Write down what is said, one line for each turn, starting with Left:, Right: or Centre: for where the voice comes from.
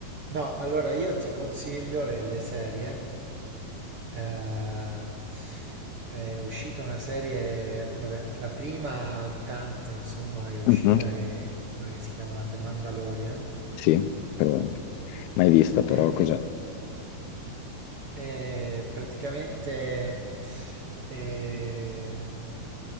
Right: No, allora io ti consiglio le, le serie. Eh, è uscita una serie, vabbè, la prima di tante, insomma, che è uscita
Left: Mhm.
Right: è una che si chiama The Mandalorian.
Left: Sì, però... mai vista, però
Right: È,
Left: cos'è?
Right: è praticamente ehm,